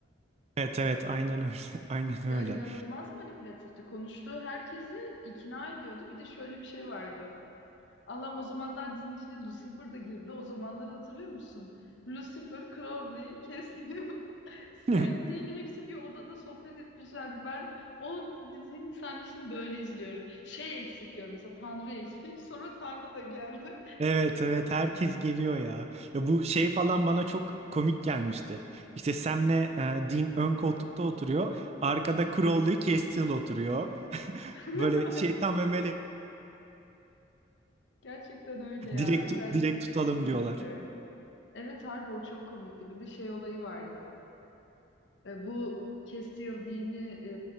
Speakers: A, on the right (about 35°); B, on the left (about 70°).
A: Evet evet aynen öyle. <laughs> Aynen
B: Ya
A: öyle.
B: inanılmaz manipülatifti. Konuştuğu herkesi ikna ediyordu. Bir de şöyle bir şey vardı. Allah'ım o zamanlar dizinin içine Lucifer da girdi. O zamanları hatırlıyor musun? Lucifer, Crowley, Cassium, <laughs> Sam
A: <laughs>
B: Dean hepsi bir odada sohbet etmişlerdi. Ben o dizinin sahnesini böyle izliyorum. Şey eksik diyorum mesela Tanrı eksik. <laughs> Sonra Tanrı da geldi.
A: Evet evet herkes geliyor ya. Ya bu şey falan bana çok komik gelmişti. İşte Sam'le e, Dean ön koltukta oturuyor. Arkada Crowley, Castiel oturuyor. <laughs>
B: <laughs>
A: Böyle şeytan ve melek
B: Gerçekten öyle ya.
A: direkt
B: Özellikle
A: direkt tutalım
B: çok komikti.
A: diyorlar.
B: Evet harbi o çok komikti. Bir de şey olayı vardı. E, bu Castiel dini e,